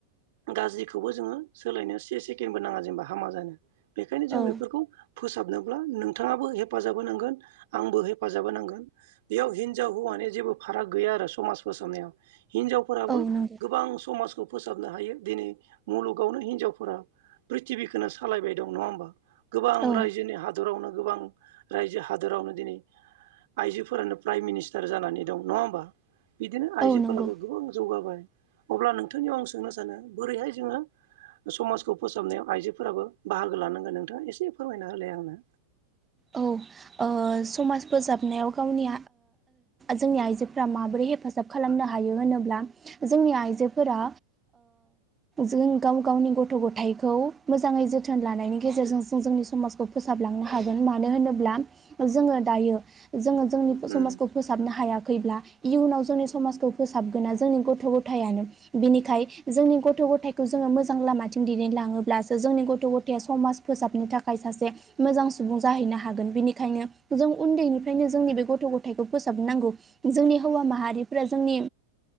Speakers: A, on the right; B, on the right.
A: गाज्रिखौबो जोङो सोलायनो से सेकेणडबो नाङा जेनेबा हामा जानो। बेखायनो जों
B: औ
A: बेफोरखौ फोसाबनोब्ला नोंथाङाबो हेफाजाब होनांगोन आंबो हेफाजाब होनांगोन। बेयाव हिनजाव हौवानि जेबो फाराग गैया आरो समाज फोसावनायाव हिनजावफोराबो
B: औ नंगौ
A: गोबां समाजखौ फोस फोथाबनो हायो दिनै मुलुगावनो हिनजावफोरा प्रिथिबिखौनो सालायबाय दं नङा होमबा। गोबां
B: औ
A: रायजोनि हादरावनो गोबां रायजो हादरावनो दिनै आइजोफोरानो प्राइम मिनिस्टार जानानै दं नङा होमबा बिदिनो आइजोफोराबो
B: औ नंगौ
A: गोबां जौगाबाय। अब्ला नोंथांनियाव आं सोंनो सानो बोरैहाय जोङो समाजखौ फोसाबनायाव आइजोफोराबो बाहागो लानांगोन नोंथाङा एसे फोरमायना होलाय आंनो
B: औ समाज फोजाबनायाव गावनि जोंनि आइजो फोरा माबोरै हेफाजाब खालामनो हायो होनोब्ला जोंनि आइजोफोरा जों गाव गावनि गथ' गथायाइखौ मोजां जोथोन लानायनि गेजेरजों जों जोंनि समाजखौ फोसाबलांनो हागोन। मानो होनोब्ला जोंङो दायो जोंङो जोंनि
A: उम
B: समाजखौ फोसाबनो हाया। खैब्ला इयुनाव जोंनि समाजखौ फोसाबगोना जोंनि गथ' गथायानो बिनिखायनो जोंनि गथ' ग' गथायखौ जोंङो मोजां लामाथिं दिदेनलाङोब्लासो जोंनि गथ' गथाय समाज फोसाबनो थाखाय सासे मोजां सुबुं जाहैनो हागोन बेनिखायनो जों उन्दैनिफ्रायनो जोंनि बे गथ' गथायखौ फोसाबनांगौ जोंनि हौवा माहारिफोरा जोंनि